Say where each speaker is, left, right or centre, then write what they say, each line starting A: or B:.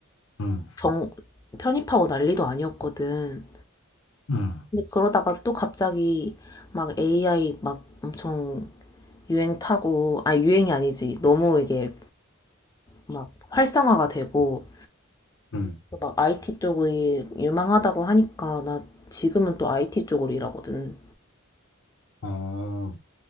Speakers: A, on the left (about 65°); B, on the left (about 15°).
A: 음,
B: 정 편입하고 난리도 아니었거든.
A: 음,
B: 근데 그러다가 또 갑자기 막 AI 막 엄청 유행 타고 아 유행이 아니지. 너무 이게 막 활성화가 되고
A: 음,
B: 막 IT 쪽이 유망하다고 하니까 나 지금은 또 IT 쪽으로 일하거든.
A: 어,